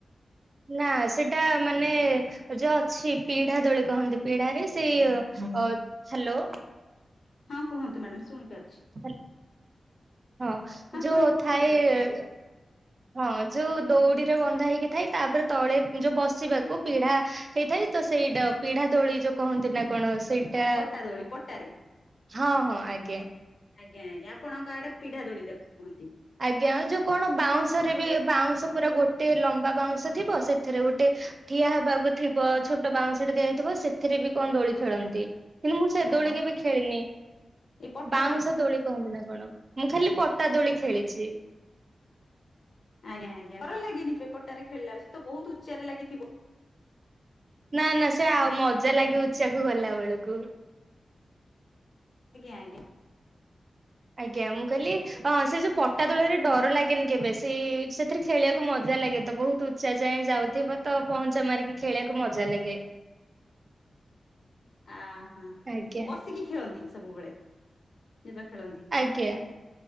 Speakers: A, on the right; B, on the left.
A: ନା ସେଟା ମାନେ-ଏ-ଏ ଯୋଉ ଅଛି ପିଢା ଦୋଳି କହନ୍ତି ପିଢାରେ ସେଇ ଅ ହ୍ୟାଲୋ
B: ହଁ କୁହନ୍ତୁ ମ୍ୟାଡାମ ଶୁଣିପାରୁଛି।
A: <unintelligible> ହଁ ଯୋଉ
B: ଶୁଣି
A: ଥାଏ-ଏ-ଏ
B: ଶୁଣିପାରୁଛି <inaudible>
A: ହଁ ଯୋଉ ଦଉଡ଼ିରେ ବନ୍ଧା ହେଇକି ଥାଏ ତାପରେ ତଳେ ଯୋଉ ବସିବାକୁ ପିଢା ହେଇଥାଏ ତ ସେଇଟା ପିଢା ଦୋଳି ଯୋଉ କହନ୍ତି ନା କଣ ସେଇଟା
B: ପଟା ଦୋଳି ପଟାରେ।
A: ହଁ ହଁ ଆଜ୍ଞା
B: ଆଜ୍ଞ ଆଜ୍ଞା ଆପଣଙ୍କ ଆଡେ ପିଢା ଦୋଳି ତାକୁ କୁହନ୍ତି?
A: ଆଜ୍ଞା ଯୋଉ କଣ ବାଉଁଶରେ ବି ବାଉଁଶ ପୁରା ଗୋଟେ ଲମ୍ବା ବାଉଁଶ ଥିବ ସେଥିରେ ଗୋଟେ ଠିଆ ହବାକୁ ଥିବ ଛୋଟ ବାଉଁଶ ଟେ ଦିଆଯାଇଥିବ ସେଥିରେ ବି କଣ ଦୋଳି ଖେଳନ୍ତି। କିନ୍ତୁ ମୁଁ ସେ
B: ଅ
A: ଦୋଳି କେବେ ଖେଳିନି
B: ଏ ପଟା
A: ବାଉଁଶ ଦୋଳି କହବନ୍ତି ନା କଣ ମୁଁ ଖାଲି ପଟା ଦୋଳି ଖେଳିଛି।
B: ଆଜ୍ଞା ଆଜ୍ଞା ଡର ଲାଗେନି କେ ପଟାରେ ଖେଳିଲା ସେ ତ ବହୁତ ଉଚ୍ଚାରେ ଲାଗିଥିବ।
A: ନା ନା ସେ ଆଉ ମଜା ଲାଗେ ଉଚ୍ଚାକୁ ଗଲା ବେଳକୁ।
B: ଆଜ୍ଞା ଆଜ୍ଞା।
A: ଆଜ୍ଞା ମୁଁ କହିଲି ହଁ ସେ ଯୋଉ ପଟା ଦୋଳରେ ଡର ଲାଗେନି କେବେ ସେ ସେଥିରେ ଖେଳିବାକୁ ମଜା ଲାଗେ ତ ବହୁତ ଉଚ୍ଚା ଯାଏ ଯାଉଥିବ ତ ପହଞ୍ଚା ମାରିକି ଖେଳିବାକୁ ମଜା ଲାଗେ।
B: ଆହ
A: ଆଜ୍ଞା
B: ବସିକି ଖେଳନ୍ତି ସବୁବେଳେ ଯେତେବେଳେ ଖେଳନ୍ତି?
A: ଆଜ୍ଞା